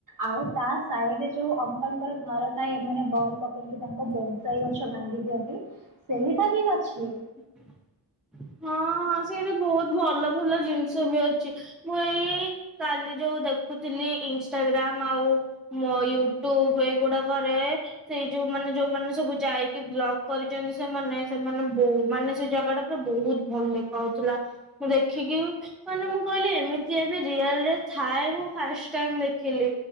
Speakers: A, on the right; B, in the centre.
A: ଆଉ ତା ସାଇଡରେ ଯୋଉ ଅଙ୍କଲଙ୍କର ଘର ଥାଏ ଏମାନେ। ବଲ୍ ପକେଇକି ତାଙ୍କ ବୋନସାଇ ଗଛ ଭାଙ୍ଗି ଦିଅନ୍ତି, ସେଇଟା ବି ଅଛି।
B: <unintelligible> ହଁ ସେଇଠି ବହୁତ ଭଲ ଭଲ ଜିନିଷ ବି ଅଛି, ମୁଁ ଏଇ କାଲି ଯୋଉ ଦେଖୁଥିଲି ଇନଷ୍ଟାଗ୍ରାମ ଆଉ ମୋ ୟୁଟ୍ୟୁବ ଏଇଗୁଡାକରେ ସେଇ ଯୋଉ ମାନେ ଯୋଉମାନେ ସବୁ ଯାଇକି ବ୍ଲଗ କରିଛନ୍ତି ସେମାନେ ସେମାନେ ବୋ ମାନେ ସେ ଜାଗା ଟା ବହୁତ ଭଲ ଦେଖାଉଥିଲା, ମୁଁ ଦେଖିକି ମାନେ ମୁଁ କହିଲି ଏମିତି ଏବେ ରିଅଲରେ ଥାଏ ମୁଁ ଫାଷ୍ଟ ଟାଇମ ଦେଖିଲି,